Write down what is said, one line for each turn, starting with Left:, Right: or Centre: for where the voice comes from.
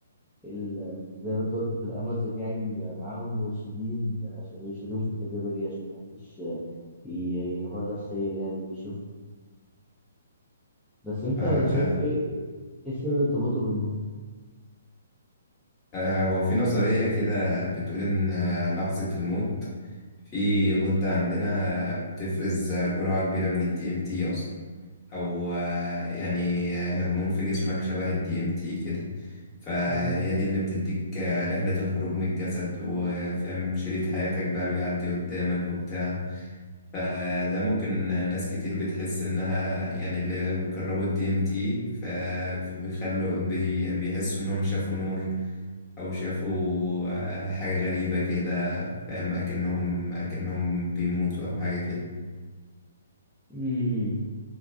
Centre: ال- زي ما انت قلت في الامازون يعني بيبقى معاهم مرشدين عشان يرشدوهم في التجربه دي عشان محدش ي- ينهار نفسيا يعني واللي يشوف بس انت
Left: آه ده
Centre: شايف ايه ايه سر ارتباطه بالموت؟
Left: آه، هو في نظرية كده بتقول إن آه، لحظة الموت في غدة عندنا بتفرز آه، جرعة كبيرة من ال DMT أصلا أو آه، يعني آه، هرمون في جسمك شبه ال DMT كده فهي
Centre: مم.
Left: دي اللي بتديك آه، رحلة الخروج من الجسد وفاهم شريط حياتك بقى بيعدي قدامك وبتاع فده ممكن ناس كتير بتحس إنها يعني اللي بيجربوا ال DMT ف- فبيخلوا بي- بيحسوا إنهم شافوا نور او شافوا آه، حاجة غريبة كده فاهم اكنهم اكنهم بيموتوا او حاجة كده
Centre: امم